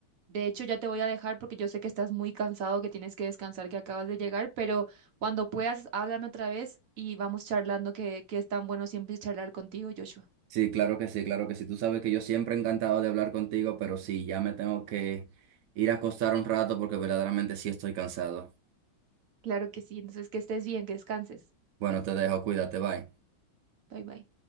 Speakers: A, on the right; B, on the right.
A: De hecho, ya te voy a dejar porque yo sé que estás muy cansado, que tienes que descansar, que acabas de llegar, pero cuando puedas, háblame otra vez y vamos charlando, que, que es tan bueno siempre charlar contigo, Joshua.
B: Sí, claro que sí, claro que sí. Tú sabes que yo siempre he encantado de hablar contigo, pero sí, ya me tengo que ir a acostar un rato porque verdaderamente sí estoy cansado.
A: Claro que sí. Entonces, que estés bien, que descanses.
B: Bueno, te dejo, cuídate, bye.
A: Bye bye.